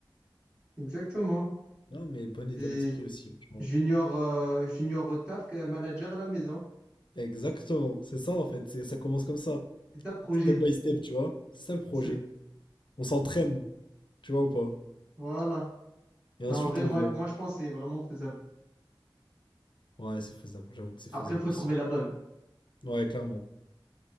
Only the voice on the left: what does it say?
Non, mais bon
état d'esprit aussi, tu vois.
Exactement, c'est ça en fait, c'est, ça commence comme ça.
Step by step, tu vois. C'est ça le projet.
On s'entraîne, tu vois ou pas?
Et ensuite,
on
voit.
Ouais, c'est faisable. J'avoue que c'est
faisable
aussi.
Ouais, clairement.